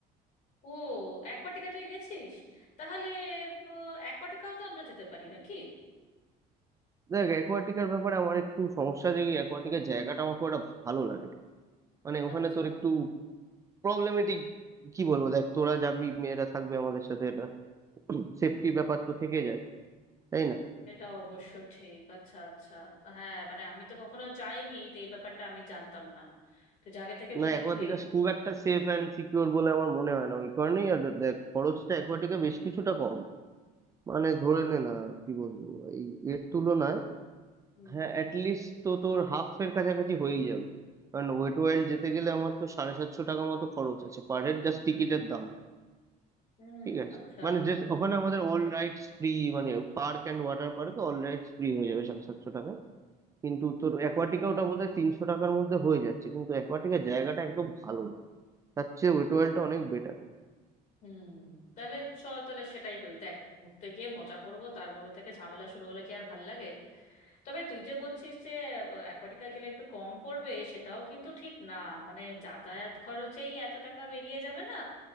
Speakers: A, on the left; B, on the right.
A: ও অ্যাকোয়াটিকা তুই গেছিস তাহলে অ্যাকোয়াটিকাও তো আমরা যেতে পারি নাকি
B: দেখ অ্যাকোয়াটিকার ব্যাপারে আমার একটু সমস্যা যে অ্যাকোয়াটিকার জায়গাটা আমার খুব একটা ভালো লাগে না। মানে ওখানে
A: আচ্ছা
B: তোর একটু প্রবলেমেটিক কি বলবো দেখ তোরা যাবি মেয়েরা থাকবে আমাদের সাথে এটা সেফটি ব্যাপার তো থেকে যায় তাই না
A: এটা অবশ্য ঠিক আচ্ছা আচ্ছা তা হ্যাঁ মানে আমি তো কখনো যাইনি তো এই ব্যাপারটা আমি জানতাম না তুই যে আগে থেকে
B: না
A: বলে
B: অ্যাকোয়াটিকা
A: দিলি
B: খুব একটা সেফ অ্যান্ড সিকিউর বলে আমার মনে হয় না ওই কারণেই আর দেখ খরচটা অ্যাকোয়াটিকা বেশ কিছুটা কম মানে ধরে নে না কি বলবো এই এর তুলনায়
A: হুম
B: হ্যাঁ অ্যাটলিস্ট তো তোর হাফ এর কাছাকাছি হয়েই যাবে কারণ ওয়েট ওয়াইল্ড যেতে গেলে আমার তো সাড়ে সাতশো টাকা মতো খরচ আছে পার হেড জাস্ট টিকিটের দাম
A: হুম
B: ঠিক আছে
A: আচ্ছা
B: মানে যে ওখানে আমাদের অল রাইটস ফ্রি মানে পার্ক অ্যান্ড ওয়াটার পার্কে অল রাইটস ফ্রি হয়ে যাবে সাড়ে সাতশো টাকায় কিন্তু তোর অ্যাকোয়াটিকা ওটা বোধহয় তিনশো টাকার মধ্যে হয়ে যাচ্ছে কিন্তু অ্যাকোয়াটিকার জায়গাটা একদম ভালো না তার চেয়ে ওয়েট ওয়ার্ল্ডটা অনেক বেটার
A: হুম তাহলে চল তাহলে সেটাই করি দেখ ঘুরতে গিয়ে মজা করব তার মধ্যে থেকে ঝামেলা শুরু হলে কি আর ভাল লাগে তবে তুই যে বলছিস যে অ্যাকোয়াটিকা গেলে একটু কম পড়বে সেটাও কিন্তু ঠিক না মানে যাতায়াত খরচেই এত টাকা বেরিয়ে যাবে না